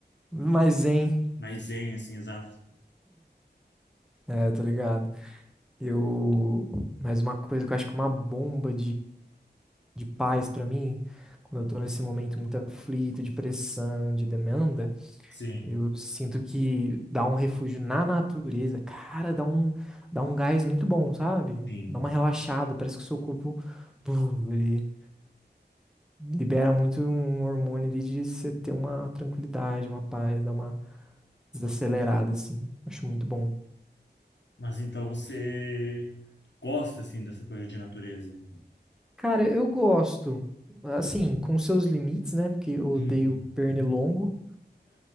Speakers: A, in the centre; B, on the left.
A: Mas, hein?
B: mais zen, assim, exato.
A: É, tô ligado. Eu. Mais uma coisa que eu acho que é uma bomba de paz para mim, quando eu tô nesse momento muito aflito, de pressão, de demanda,
B: Sim,
A: eu sinto que dá um refúgio na natureza, cara, dá um, dá um gás muito bom, sabe?
B: sim.
A: Dá uma relaxada, parece que o seu corpo, buf, ele libera muito um hormônio ali de você ter uma tranquilidade, uma paz, dá uma desacelerada, assim. Acho muito bom.
B: Mas então você gosta, assim, dessa coisa de natureza.
A: Cara, eu gosto, assim, com seus limites, né? Porque eu odeio
B: <laughs>
A: pernilongo.